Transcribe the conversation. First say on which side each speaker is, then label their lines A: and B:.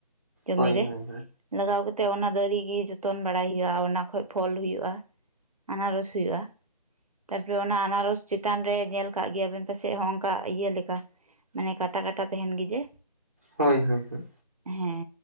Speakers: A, on the right (about 60°); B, on the right (about 20°).
A: ᱠᱟᱹᱢᱤ
B: ᱦᱳᱭ
A: ᱨᱮ
B: ᱦᱳᱭ
A: ᱞᱟᱜᱟᱣ ᱠᱟᱛᱮᱜ ᱚᱱᱟ ᱫᱟᱨᱤ ᱜᱮ ᱡᱚᱛᱚᱱ ᱵᱟᱲᱟᱭ ᱭᱳᱜ-ᱟ ᱚᱱᱟ ᱠᱷᱚᱡ ᱯᱷᱚᱞ ᱦᱩᱭᱩᱜ-ᱟ ᱟᱱᱟᱨᱚᱥ ᱦᱩᱭᱩᱜ-ᱟ ᱛᱟᱨᱯᱚᱨᱮ ᱚᱱᱟ ᱟᱱᱟᱨᱚᱥ ᱪᱮᱛᱟᱱ ᱨᱮ ᱧᱮᱞ ᱠᱟᱜ ᱜᱮᱭᱟᱵᱮᱱ ᱯᱟᱥᱮᱡ ᱦᱚᱸᱜᱚᱱᱠᱟ ᱤᱭᱟᱹ ᱞᱮᱠᱟ ᱢᱟᱱᱮ ᱠᱟᱴᱟ ᱠᱟᱴᱟ ᱛᱟᱸᱦᱮᱱ ᱜᱮ ᱡᱮ
B: ᱦᱳᱭ ᱦᱳᱭ ᱦᱳᱭ
A: ᱦᱮᱸ